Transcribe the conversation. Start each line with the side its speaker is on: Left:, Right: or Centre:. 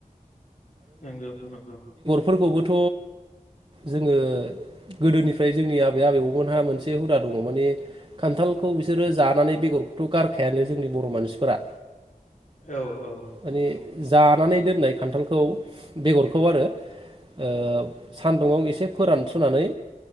Left: नोंगौ नोंगौ
Right: फोरखौबोथ' जोंङो गोदोनिफ्राय जोंनि आबै आबैबौमोनहा मोनसे हुदा दङ माने खान्थालखौ बिसोरो जानानै बेगरखौथ' गारखायानो जोंनि बर' मानसिफोरा
Left: औ औ
Right: माने जानानै दोननाय खान्थालखौ बेगरखौ आरो ओ सान्दुुंङाव एसे फोरानस्रोनानै